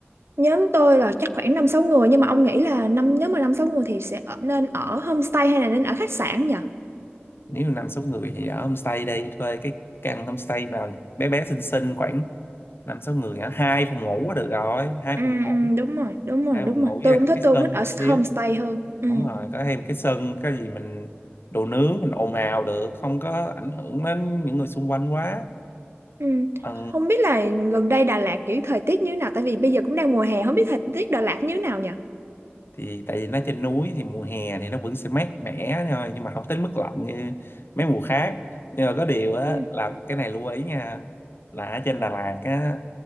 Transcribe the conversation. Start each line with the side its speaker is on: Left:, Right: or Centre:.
Right: nhóm tôi là chắc khoảng năm sáu người nhưng mà ông nghĩ là năm nếu mà năm sáu người thì sẽ ở, nên ở homestay hay là nên ở khách sạn nhỉ
Left: nếu mà năm sáu người thì ở homestay đây thuê cái căn homestay nào bé bé xinh xinh khoảng năm sáu người hả hai phòng ngủ là được rồi hai
Right: ừ
Left: phòng ngủ
Right: ừ đúng rồi đúng rồi
Left: hai
Right: đúng
Left: phòng
Right: rồi
Left: ngủ với
Right: tôi
Left: lại có
Right: cũng thích
Left: cái
Right: tôi
Left: sân
Right: cũng thích ở
Left: một xíu
Right: homestay hơn ừ
Left: đúng rồi có thêm cái sân cái gì mình đồ nướng mình ồn ào được không có ảnh hưởng đến những người xung quanh quá
Right: ừ
Left: ừ.
Right: không biết là gần đây Đà Lạt kiểu thời tiết như thế nào tại vì bây giờ cũng đang mùa hè không biết thời tiết Đà Lạt như thế nào nhỉ
Left: thì tại vì nó trên núi thì mùa hè thì nó vẫn sẽ mát mẻ thôi nhưng mà không tới mức lạnh như mấy mùa khác nhưng mà có điều á
Right: ừ
Left: là cái này lưu ý nha là ở trên Đà Lạt á